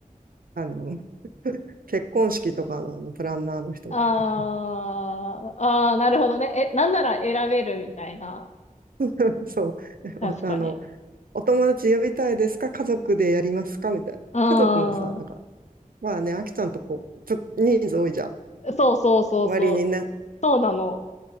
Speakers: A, on the right (about 90°); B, on the left (about 55°).
A: あの、結婚式とかの、あのプランナーの人みたい
B: ああ、ああ、なるほどね。え、なんなら選べるみたいな。
A: な。<laughs> そう。<laughs>
B: 確かに。
A: おあの、お友達呼びたいですか家族でやりますかみたいな。
B: うん。
A: 家族もさ、なんか、まあね、あきちゃんとこう、ちょっと人数多いじゃん。
B: そうそうそうそう。
A: 割にね、
B: そうなの。